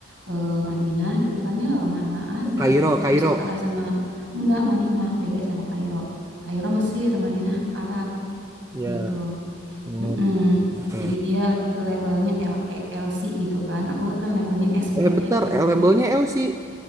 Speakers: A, on the right; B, on the right.
A: eh, Madinah gitu kan, ya mana ada
B: Kairo
A: aku
B: Kairo
A: bisa kalah sama enggak Madinah, beda sama Kairo. Kairo Mesir, Madinah Arab
B: ya
A: gitu.
B: Hmm,
A: Mm-mm.
B: oke
A: Jadi dia labelnya LELC gitu kan. Aku kan labelnya SPD
B: Eh bentar,
A: gitu
B: eh,
A: kan.
B: labelnya L sih.